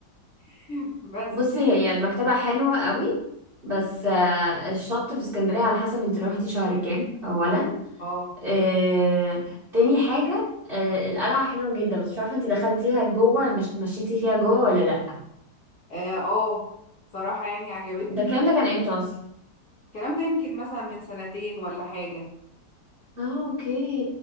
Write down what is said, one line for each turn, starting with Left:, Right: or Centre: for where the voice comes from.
Left: <laughs> بس
Right: بصي هي المكتبة حلوة قوي بس آه، الشط في اسكندرية على حسب انت روحتي شهر كام أولا
Left: اه
Right: آه، تاني حاجة آه، القلعة حلوة جدا بس مش عارفة انتي دخلتيها لجوه مش مشيتي فيها جوه ولا لأ
Left: اه آه، صراحة يعني عجبتني
Right: ده الكلام ده كان امتى اصلا
Left: الكلام ده يمكن مثلا من سنتين ولا حاجة
Right: اه اوكي